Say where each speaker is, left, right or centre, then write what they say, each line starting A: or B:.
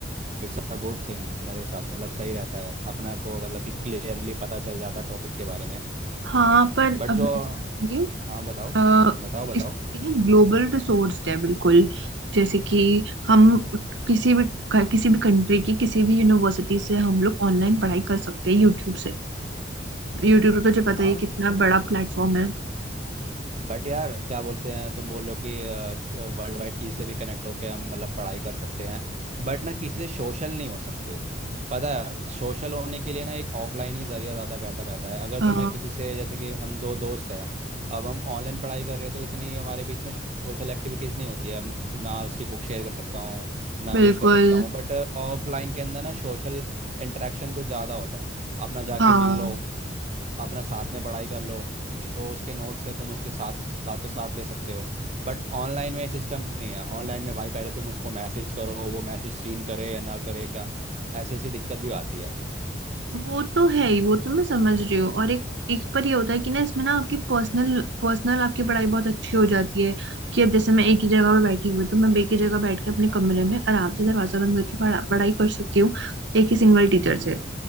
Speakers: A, on the right; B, on the right.
A: It's a good thing मेरे हिसाब से मतलब सही रहता है अपना को मतलब कि क्लियरली पता चल जाता है टॉपिक के बारे में
B: हाँ पर
A: बट
B: अब
A: जो
B: जैसे ये
A: हाँ बताओ
B: अ,
A: बताओ बताओ
B: इसके लिए ना ग्लोबल रिसोर्स है बिल्कुल जैसे कि हम किसी भी किसी भी कंट्री की किसी भी यूनिवर्सिटी से हम लोग ऑनलाइन पढ़ाई कर सकते हैं यूट्यूब से यूट्यूब तो तुझे पता
A: हाँ
B: ही है कितना बड़ा प्लेटफॉर्म है
A: बट यार क्या बोलते हैं तुम बोल रहे हो कि वर्ल्ड वाइड किसी से भी कनेक्ट होके हम मतलब पढ़ाई कर सकते हैं बट ना किसी से सोशल नहीं हो सकते पता है सोशल होने के लिए ना एक ऑफलाइन ही जरिया ज़्यादा बेहतर रहता है अगर तुम्हें
B: अ,
A: किसी से जैसे कि हम दो दोस्त हैं अब हम ऑनलाइन पढ़ाई कर रहे हैं तो इतनी हमारे बीच में सोशल एक्टिविटीज़ नहीं होती है हम ना उसकी बुक शेयर कर सकता हूँ ना
B: बिल्कुल
A: कुछ कर सकता हूँ बट ऑफलाइन के अंदर ना सोशल इंटरेक्शन कुछ ज़्यादा होता है अपना जाके
B: हाँ
A: मिल लो अपना साथ में पढ़ाई कर लो जो उसके नोट्स है तुम उसके साथ साथों साथ ले सकते हो बट ऑनलाइन में सिस्टम नहीं है ऑनलाइन में भाई पहले तुम उसको मैसेज करो वो मैसेज सीन करे या ना करे क्या ऐसी ऐसी दिक्कत भी आती है
B: वो तो है ही वो तो मैं समझ रही हूँ और एक एक पर ये होता है कि ना इसमें ना आपकी पर्सनल पर्सनल आपकी पढ़ाई बहुत अच्छी हो जाती है कि अब जैसे मैं एक ही जगह पर बैठी हुई हूँ तो मैं एक ही जगह बैठ के अपने
A: हाँ
B: कमरे में आराम से दरवाजा बंद करके पढ़ा- पढ़ाई कर सकती हूँ एक ही सिंगल टीचर
A: हम्म
B: से